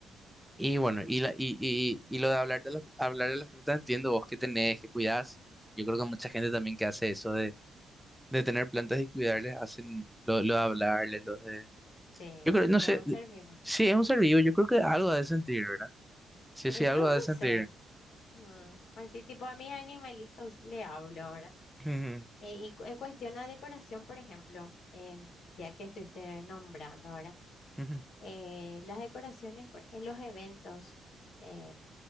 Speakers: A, in the centre; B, on the left.
A: Y bueno, y, la, y, y, y lo de hablar de, las, hablar de las plantas, entiendo vos que tenés, que cuidás. Yo creo que mucha gente también que hace eso de, de tener plantas y cuidarles, hacen lo, lo de hablarles, los de...
B: Sí,
A: Yo creo,
B: porque
A: no sé,
B: es un ser vivo.
A: sí, es un ser vivo, yo creo que algo ha de sentir, ¿verdad? Sí, sí,
B: Y no,
A: algo ha
B: no
A: de sentir.
B: sé. Mm, Así tipo a mis animalitos le hablo ahora.
A: Ujú,
B: Eh, y cu- en cuestión a decoración, por ejemplo, em, ya que estuviste nombrando ahora,
A: ujú.
B: eh, las decoraciones por- en los eventos. eh,